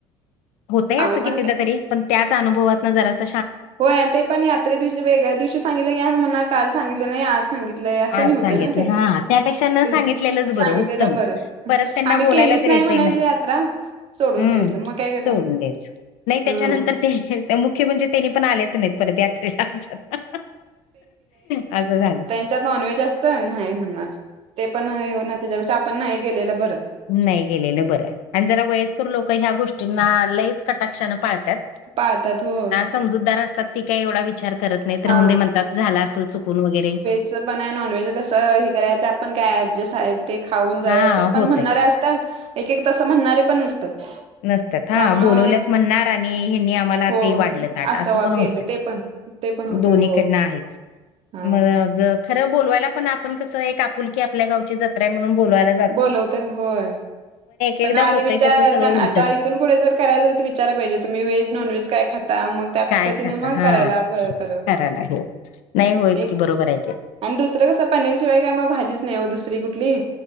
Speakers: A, on the left; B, on the right.
A: होतंय
B: आम्ही
A: असं
B: पण
A: कितीदातरी,
B: काय
A: पण त्याच अनुभवातन जरस-
B: होय, आणि ते पण यात्रे दिवशी वेगळ्या दिवशी सांगितले, या म्हणा काल सांगितलं नाही. आज- सांगितलंय असं
A: आज
B: नाही होतंय
A: सांगितल,
B: ना ते
A: हा त्यापेक्षा न
B: ते
A: सांगितलेलंच बरं
B: सांगितलेलं
A: उत्तम.
B: बरं
A: परत त्यांना
B: आम्ही
A: बोलायला
B: केलीच
A: तर
B: नाही
A: येतय
B: म्हणायचं
A: ना,
B: यात्रा सोडून
A: हं
B: द्यायचं मग काय करणार
A: सोडून दयाच, नाही त्याच्यानंतर-
B: हा
A: ते मुख्य म्हणजे- ''तेनी पण आलेच नाहीत, परत यात्रेला आमच्यात, असं झालं. ''
B: ''त्याच्यात नॉनव्हेज असत नाही म्हणणार, ते पण नाही होणार, त्याच्या पेक्षा आपण नाही गेलेलं बरं. ''
A: ''नाही गेलेलं बरं, आणि जरा वयस्कर लोक ह्या गोष्टींना लयच कटाक्षानं पाळतात. ''
B: पाळतात हो,
A: ''समूतदार असतात, ती काही एवढा विचार करत नाहीत
B: हा
A: राहंदे म्हणतात, झाला असेल चुकून वगैरे. ''
B: सोप्प नाही नॉनव्हेज कसं, हे करायचं आपण काय ऍडजस्ट आहे, ते खाऊन जावे
A: हा
B: असं पण
A: होतयच
B: म्हणणारे असतात. एक-एक तसं म्हणणारे पण नसतात.
A: नसथत्या
B: त्यामुळं
A: बोलवल्या- आणि यांनी आमला-
B: हो
A: ते वाढलं ताट
B: असं
A: अस
B: वा
A: पण होत,
B: केलं ते पण ते पण होते
A: दोन्हीकडन
B: हो
A: आहेच.
B: हा
A: मग, खरं बोलवायला पण आपण कसं, एक आपुलकी आपल्या गावची जत्रा आहे म्हणून बोलावायला-
B: बोलवते होय.
A: एकदा
B: पण आधी
A: होतय
B: विचारताना,
A: त्याचं सगळं उलटच
B: आता इथून पुढे जर करायचं तर विचारा पाहिजे होतं, तुम्ही व्हेज नॉन व्हेज काय खात- आता, मग त्या पद्धतीने
A: काय खाता
B: मग
A: हा
B: करायला बरं-बरं
A: करायला हे नाही होयच
B: ते-
A: की बरोबर आहे ते
B: आणि, दुसरं कसं पनीर शिवाय काय मग भाजीच नाही हो दुसरी कुठली,